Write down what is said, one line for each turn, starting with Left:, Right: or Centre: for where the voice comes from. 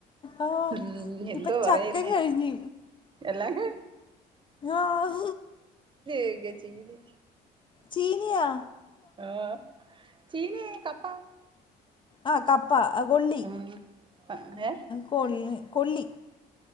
Left: ആ
Right: ഉം എന്തോ പറയുന്നേ
Left: ചക്കിം കഴിഞ്ഞി
Right: എല്ലാം
Left: ആഹ
Right: ചെയക ജീവി
Left: ചീനിയോ
Right: ആ ചീനി കപ്പ
Left: ആ കപ്പ ആ കൊള്ളി
Right: ഉം ഏ
Left: കൊള്ളി കൊള്ളി